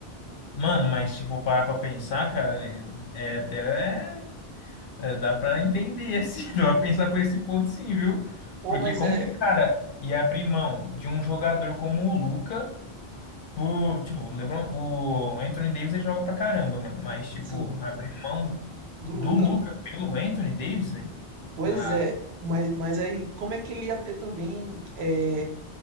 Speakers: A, on the left; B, on the right.
A: Mano, mas se for parar pra pensar, cara, é é até. é, dá pra entender, <laughs> assim. Dá pra pensar por esse ponto, sim, viu?
B: Pô,
A: Porque
B: mas
A: como
B: é.
A: que o cara ia abrir mão de um jogador como o Luca. Por, tipo, o LeBron, o Anthony Davis ele joga pra caramba, mano. Mas, tipo,
B: Sim,
A: abrir mão
B: do
A: Do
B: Luca,
A: Luca
B: né?
A: pelo Anthony Davis, velho?
B: Pois
A: Ah,
B: é. Mas, mas aí, como é que ele ia ter também é,